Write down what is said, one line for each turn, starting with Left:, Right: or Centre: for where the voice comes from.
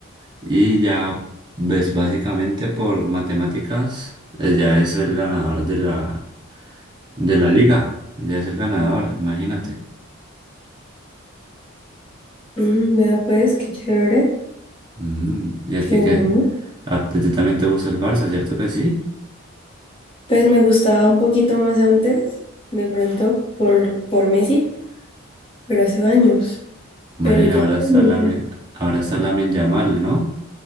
Right: y ya ves básicamente por matemáticas, eh, ya es el ganador de la, de la liga. Ya es el ganador, imagínate.
Left: Mm, vea pues, qué chévere,
Right: Mm, ¿y a
Left: qué
Right: ti
Left: bueno.
Right: qué? ¿A ti también te gusta el Barça, cierto que sí?
Left: Pues me gustaba un poquito más antes, de pronto, por, por Messi, pero hace años.
Right: Bueno,
Left: Pero
Right: y
Left: ya
Right: ahora está
Left: comencé.
Right: la ahora está Lamine Yamal, ¿no?